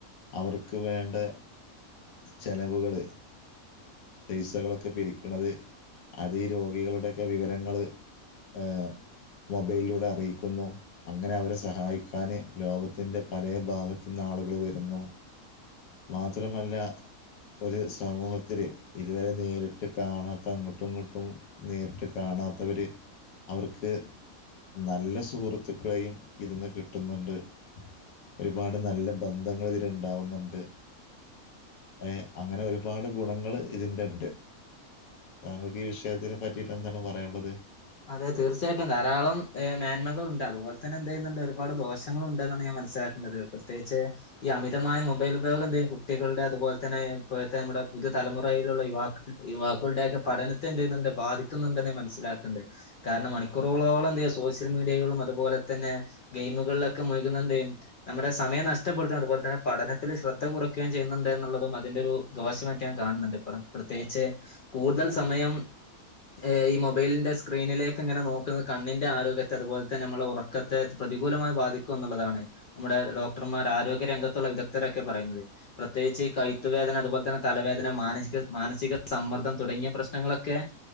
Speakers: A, on the left; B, on the left.
A: അവർക്ക് വേണ്ട ചെലവുകള് പൈസകളൊക്കെ പിരിക്കണത് അതീ രോഗികളുടെയൊക്കെ വിവരങ്ങള് ഏഹ് മൊബൈലിലൂടെ അറിയിക്കുന്നു അങ്ങനെ അവരെ സഹായിക്കാന് ലോകത്തിന്റെ പലേ ഭാഗത്തുന്ന് ആളുകള് വരുന്നു മാത്രമല്ല ഒരു സമൂഹത്തില് ഇതുവരെ നേരിട്ട് കാണാത്ത അങ്ങട്ടും ഇങ്ങട്ടും നേരിട്ട് കാണാ കാണാത്തവര് അവർക്ക് നല്ല സുഹൃ ത്തുക്കളെയും ഇതിന്ന് കിട്ടുന്നുണ്ട് ഒരുപാട് നല്ല ബന്ധങ്ങൾ ഇതിലുണ്ടാവുന്നുണ്ട് ഏഹ് അങ്ങനെ ഒരുപാട് ഗുണങ്ങള് ഇതിന്റെണ്ട് താങ്കൾക്ക് ഈ വിഷയത്തിനെ പറ്റിട്ട് എന്താണ് പറയാനുള്ളത്
B: അതെ തീർച്ചയായിട്ടും ധാരളം ഏ മേന്മകളുണ്ട് അതുപോലെ തന്നെ എന്ത് ചെയ്യുന്നുണ്ട് ഒരുപാട് ദോഷങ്ങളുണ്ട് എന്നാണ് മനസ്സിലാക്കണ്ടത്. പ്രത്യേകിച്ച് ഈ അമിതമായ മൊബൈൽ ഉപയോഗം എന്തിയ്യും കുട്ടികളുടെ അതുപോലെ തന്നെ ഇപ്പോഴത്തെ നമ്മുടെ പുതിയ തലമുറയിലുള്ള യുവാ യുവാക്കളുടെയൊക്കെ പഠനത്തെ എന്ത് ചെയ്യുന്നുണ്ട് ബാധിക്കുന്നുണ്ടെന്ന് ഞാൻ മനസ്സിലാക്ക്ണ്ട് കാരണം മണിക്കൂറുകളോളം എന്ത ചെയ്യ സോഷ്യൽ മീഡിയകളും അതുപോലെ തന്നെ ഗെയിമുകളിലൊക്കെ മുഴുകുന്ന എന്തയ്യും നമ്മുടെ സമയം നഷ്ടപ്പെടുത്തയും അതുപോലെ തന്നെ പഠനത്തിൽ ശ്രദ്ധ കുറക്കുകയും ചെയ്യുന്നുണ്ട് എന്നുള്ളതും അതിന്റെ ഒരു ദോഷ ഞാൻ കാണുന്നുണ്ട് പറ പ്രത്യേകിച്ച് കൂടുതൽ സമയം ഏഹ് മൊബൈലിന്റെ സ്ക്രീനിലേക്ക് ഇങ്ങനെ നോക്കുന്നത് കണ്ണിന്റെ ആരോഗ്യത്തെ അതുപോലെ തന്നെ നമ്മളെ ഉറക്കത്തെ പ്രതികൂലമായി ബാധിക്കും എന്നുള്ളതാണ് നമ്മുടെ ഡോക്ടർമാർ ആരോഗ്യ രംഗത്തുള്ള വിദഗ്ധരൊക്കെ പറയുന്നത് പ്രത്യേകിച്ച് ഈ കഴുത്ത് വേദന അതുപോലെ തന്നെ തലവേദന മാനസിക മാനസിക സമ്മർദ്ദം തുടങ്ങിയ പ്രശ്നങ്ങളൊക്കെ